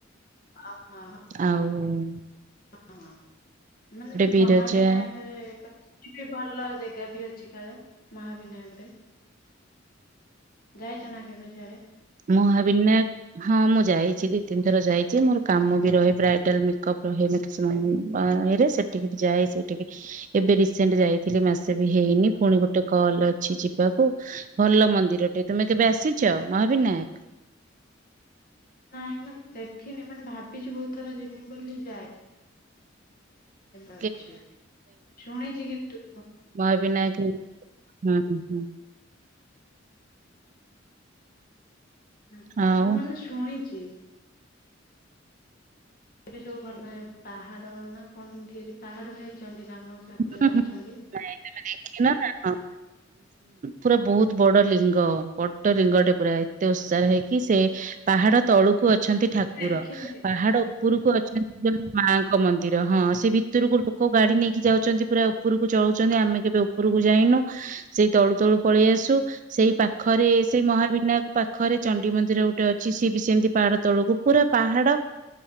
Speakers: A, on the left; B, on the right.
A: ଅଁ ହଁ।
B: ଆଉ ହୁଁ।
A: ହଁ ମାନେ ଯୋଉ
B: ବିରଜା
A: ମହାବିନାୟକ <unintelligible> କିଛି ଭଲ ଜେଗା ବି ଅଛି କାଳେ ମହାବିନାୟକରେ? ଯାଇଛ ନା କେବେ ସିଆଡେ?
B: ମହାବିନା ହଁ ମୁଁ ଯାଇଚି ଦି ତିନ୍ ଥର ଯାଇଚି ମୋର୍ କାମ ବି ରହେ ବ୍ରାଇଡାଲ୍ ମେକ୍ ଅପ୍ ରହେ ମେ <unintelligible> ସେଠିକି ବି ଯାଏ ସେଇଠିକି। ଏବେ ରିସେଣ୍ଟ୍ ଯାଇଥିଲି ମାସେ ବି ହେଇନି ଫୁଣି ଗୋଟେ କଲ୍ ଅ ଅଛି ଯିବାକୁ ଭଲ ମନ୍ଦିର ଟେ ତୁମେ କେବେ ଆସିଛ ମହାବିନାୟକ?
A: ନାଇଁ ମୁଁ ଦେଖିନି ମାନେ ଭାବିଛିି ବହୁତ ଥର ଯିମି ବୋଲି ଯାଏ।
B: <unintelligible>
A: ଅଛି ଶୁଣିଛି କିନ୍ତୁ
B: ମହା ବିନାୟକ ହଁ ହଁ।
A: ହ
B: ଆଉ
A: ମୁଁ ମାନେ ଶୁଣିଛି ଏଠି ସବୁ ଭଲ ନା ପାହାଡ ନା କଣ ସେମିତି ହେ ପାହାଡରେ ହେଇଛନ୍ତି ନା କଣ ସେ ଠାକୁର
B: ହୁଁ
A: ଯାହା
B: ହୁଁ
A: ଅଛନ୍ତି।
B: ନାଇଁ ତମେ ଦେଖିନ ନା ପୁରା ବହୁତ ବଡ ଲିଙ୍ଗ ବଡ ଲିଙ୍ଗଟେ ପୁରା ଏତେ ଓସାର ହେଇକି ସେ ପାହାଡ ତଳୁକୁ ଅଛନ୍ତି ଠାକୁର
A: ଦେଖିନି
B: ପାହାଡ ଉପରକୁ ଅଛନ୍ତି ମାଙ୍କ ମନ୍ଦିର ହଁ ସେ ଭିତରକୁ ଲୋକ ଗାଡି ନେଇକି ଯାଉ ଛନ୍ତି ପୁରା ଉପରକୁ ଚଳୁଛନ୍ତି ଆମେ କେବେ ଉପରକୁ ଯାଇନୁ ସେଇ ତଳୁ ତଳୁ ପଳେଇ
A: କେବେ
B: ଆସୁ ସେଇ ପାଖ ପାଖରେ ସେଇ ମହାବିନାୟକ ପାଖରେ ଚଣ୍ଡି ମନ୍ଦିର ଗୋଟେ ଅଛି ସିଏ ବି ସେମିତି ପାହାଡ ତଳକୁ ପୁରା ପାହାଡ